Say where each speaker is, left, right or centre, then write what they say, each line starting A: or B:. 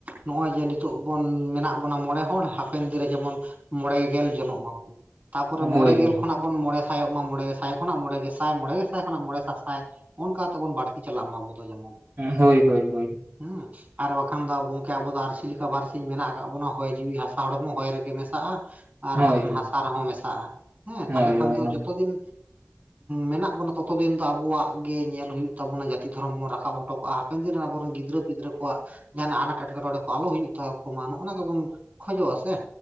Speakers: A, on the right (about 35°); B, on the right (about 60°).
A: ᱱᱚᱜᱼᱚᱭ ᱡᱮ ᱱᱤᱛᱚᱜ ᱵᱚᱱ ᱢᱮᱱᱟᱜ ᱵᱚᱱᱟ ᱢᱚᱬᱮ ᱦᱚᱲ ᱦᱟᱯᱮᱱ ᱫᱤᱱ ᱨᱮ ᱡᱮᱢᱚᱱ ᱢᱚᱬᱮ ᱜᱮᱞ ᱡᱚᱱᱚᱜ ᱢᱟᱵᱚᱱ ᱛᱟᱯᱚᱨᱮ
B: ᱦᱳᱭ
A: ᱢᱚᱬᱮ ᱜᱮᱞ
B: ᱦᱳᱭ
A: ᱠᱷᱚᱱᱟᱜ ᱵᱚᱱ ᱢᱚᱬᱮ ᱥᱟᱭᱚᱜ ᱢᱟ ᱢᱚᱬᱮ ᱥᱟᱭ ᱠᱷᱚᱱᱟᱜ ᱢᱚᱬᱮ ᱜᱮᱥᱟᱭ ᱢᱚᱬᱮ ᱜᱮᱥᱟᱭ ᱠᱷᱚᱱᱟᱜ ᱢᱚᱬᱮ ᱥᱟᱥᱟᱭ ᱚᱱᱠᱟ ᱛᱮᱵᱚᱱ ᱵᱟᱹᱲᱛᱤ ᱪᱟᱞᱟᱜ ᱢᱟ ᱟᱵᱚ ᱫᱚ ᱡᱮᱢᱚᱱ
B: ᱦᱳᱭ ᱦᱳᱭ ᱦᱳᱭ
A: ᱦᱮᱸ ᱟᱨ ᱵᱟᱠᱷᱟᱱ ᱫᱚ ᱜᱚᱝᱠᱮ ᱟᱵᱚ ᱫᱚ ᱟᱨᱹᱥᱤ ᱞᱮᱠᱟ ᱵᱟᱨᱥᱤᱧ ᱢᱮᱱᱟᱜ ᱟᱠᱟᱫᱟ᱾ ᱠᱟᱜ ᱵᱚᱱᱟ ᱦᱚᱭ ᱡᱤᱣᱤ ᱦᱟᱥᱟ ᱦᱚᱲᱢᱚ ᱦᱚᱭ ᱨᱮ ᱜᱮ ᱢᱮᱥᱟᱜᱼᱟ ᱟᱨ
B: ᱦᱳᱭ
A: ᱦᱟᱠᱷᱟᱱ ᱦᱟᱥᱟ ᱨᱮᱦᱚᱸ ᱢᱮᱥᱟᱜᱼᱟ᱾ ᱦᱮᱸ
B: ᱦᱳᱭ
A: ᱛᱟᱦᱚᱞᱮ ᱠᱷᱟᱱ
B: ᱦᱳᱭ
A: ᱫᱚ ᱡᱚᱛᱚ ᱫᱤᱱ ᱢᱮᱱᱟᱜ ᱵᱚᱱᱟ ᱛᱚᱛᱚ ᱫᱤᱱ ᱫᱚ ᱟᱵᱚᱣᱟᱜ ᱜᱮ ᱧᱮᱞ ᱦᱩᱭᱩᱜ ᱛᱟᱵᱚᱱᱟ ᱡᱟᱹᱛᱤ ᱫᱷᱚᱨᱚᱢ ᱵᱚᱱ ᱨᱟᱠᱟᱵ ᱦᱚᱴᱚ ᱠᱟᱜᱼᱟ᱾ ᱦᱟᱯᱮᱱ ᱫᱤᱱ ᱨᱮ ᱟᱵᱚᱨᱮᱱ ᱜᱤᱫᱽᱨᱟᱹ ᱯᱤᱫᱽᱨᱟᱹ ᱠᱚᱣᱟᱜ ᱡᱟᱦᱟᱱᱟᱜ ᱟᱱᱟᱴ ᱮᱴᱠᱮᱴᱚᱲᱮ ᱠᱚ ᱟᱞᱚ ᱦᱩᱭᱩᱜ ᱛᱟᱠᱚ ᱢᱟᱱᱼᱟ᱾ ᱚᱱᱟ ᱜᱮᱵᱚᱱ ᱠᱷᱚᱡᱚᱜᱼᱟ ᱥᱮ